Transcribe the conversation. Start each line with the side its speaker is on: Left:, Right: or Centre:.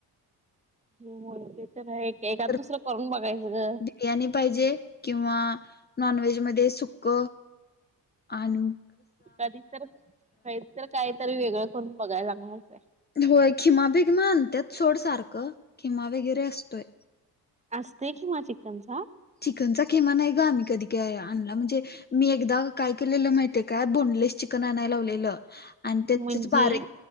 Right: हो हो ते तर हाय, एकाद
Left: तर
Right: दुसर करून बघायच ग.
Left: बिर्याणी पाहिजे किंवा नॉनव्हेज मध्ये सुक्क आनु
Right: कधी तर, काहीतर वेगळ करून बघायला लाागणारच हाय.
Left: होय, खिमा बिगमा आणत्यात सोड सारखं. खिमा वगैरे असतोय.
Right: असतोय खिमा चिकनचा?
Left: चिकनचा खिमा नाही ग, आम्ही कधी काय आणला म्हणजे मी एकदा काय केलेलं माहिती हाय का? बोनलेस चिकन आणायला लावलेलं आणि त्याचेच
Right: म्हणजे
Left: बारीक